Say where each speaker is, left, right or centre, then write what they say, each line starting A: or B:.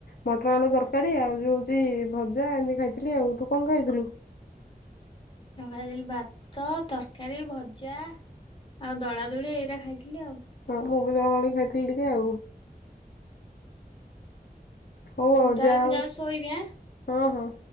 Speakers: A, on the left; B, on the left.
A: ମଟର ଆଳୁ ତରକାରୀ ଆଉ ଯୋଉ ହଉଛି ଭଜା ଏମିତି ଖାଇଥିଲି ଆଉ ତୁ କଣ ଖାଇଥିଲୁ?
B: ମୁଁ ଖାଇଥିଲି ଭାତ, ତରକାରୀ, ଭଜା ଆଉ ଦଳାଦଳି ଏଇରା ଖାଇଥିଲି ଆଉ।
A: ହଁ ମୁଁ ବି ଦଳାଦଳି ଖାଇଥିଲି ଟିକେ ଆଉ। ହଉ ଆଉ
B: ତାହେଲେ
A: ଯା ଅଉ
B: ମୁଁ ଯାଉଛି ଶୋଇବି ଆଁ।
A: ହଁ ହଁ।